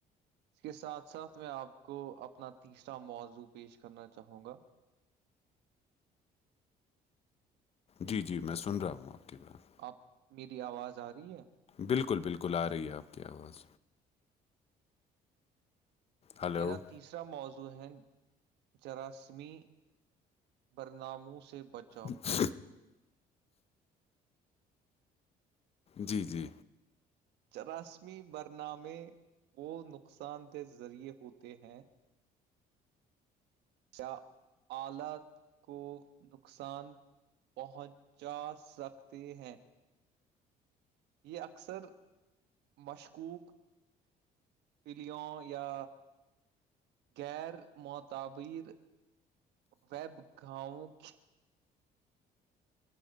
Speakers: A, on the right (about 85°); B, on the left (about 35°).
A: اس کے ساتھ ساتھ میں آپ کو اپنا تیسرا موضوع پیش کرنا چاہوں گا
B: جی جی میں سن رہا ہوں آپ کی بات
A: آپ میری آواز آ رہی ہے
B: بالکل بالکل آ رہی ہے آپ کی آواز ہلو
A: میرا تیسرا موضوع ہیں جراثمی برناموں سے بچ
B: اچھ جی جی
A: چراسمی برنامے کو نقصان دہ ذریعے ہوتے ہیں کیا آلات کو نقصان پہنچا سکتے ہیں یہ اکثر مشکوک پیلیوں یا غیر معتبیر ویب گااہوں کے